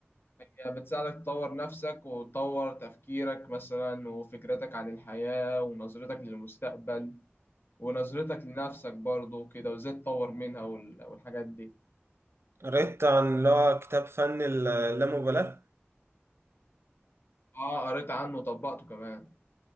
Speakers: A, on the left (about 60°); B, on the right (about 70°).
A: يعني بتساعدك تطور نفسك وتطور تفكيرك مثلا وفكرتك عن الحياه ونظرتك للمستقبل ونظرتك لنفسك برضه وكده وازاي تطور منها وال- والحاجات دي
B: قريت عن اللي هو كتاب فن ال- اللامبالاة
A: اه قريت عنه وطبقته كمان